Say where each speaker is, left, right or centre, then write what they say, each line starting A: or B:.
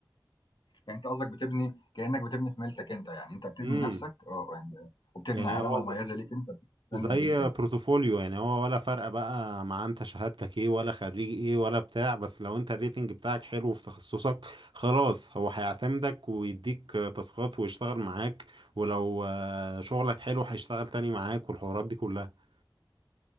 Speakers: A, on the left; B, on the right.
A: يعني أنت قصدك بتبني كأنك بتبني في ملكك أنت، يعني أنت بتبني
B: امم
A: نَفْسك آه، يعني وبتبني
B: يعني
A: علامة
B: هو ز-
A: مميزة ليك أنت
B: زي
A: براندنج ليك أنت،
B: بروتوفوليو يعني هو ولا فرق بقى مع انت شهادتك ايه ولا خريج ايه ولا بتاع بس لو انت الريتنج بتاعك حلو في تخصصك خلاص هو هيعتمدك ويديك تاسكات ويشتغل معاك ولو آه، شغلك حلو هيشتغل تاني معاك والحوارات دي كلها